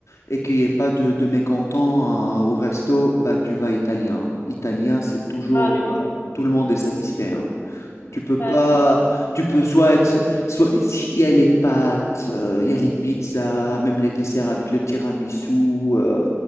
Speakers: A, on the left; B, on the left.
A: et qu'il y ait pas de, de mécontents, euh, au resto, bah, tu vas italien. hein. Italien, c'est toujours,
B: Ah, mais oui,
A: euh,
B: t'as-
A: tout le monde est satisfait. hein. Tu peux pas,
B: Ah, clairement.
A: tu peux soit être, soit, il y a les pâtes, euh, il y a les pizzas, même les desserts avec le tiramisu, euh,